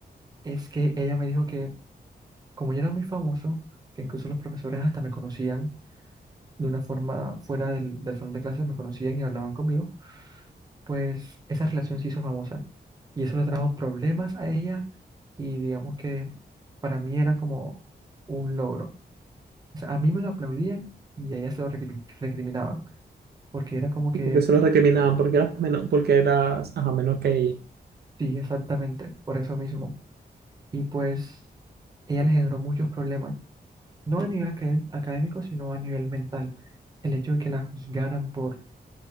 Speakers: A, on the right; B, on the right.
A: es que ella me dijo que como yo era muy famoso, que incluso los profesores hasta me conocían de una forma fuera del, del salón de clases, me conocían y hablaban conmigo, pues esa relación se hizo famosa. Y eso le trajo problemas a ella y digamos que para mí era como un logro. O sea, a mí me lo aplaudían y a ella se lo recrimi- recriminaban, porque era como que,
B: ¿Y por qué se los recriminaban? Porque eras menor, porque eras, ajá, menor que ella.
A: sí, exactamente, por eso mismo. Y pues ella le generó muchos problemas no a nivel aca- académico, sino a nivel mental. El hecho de que la juzgaran por,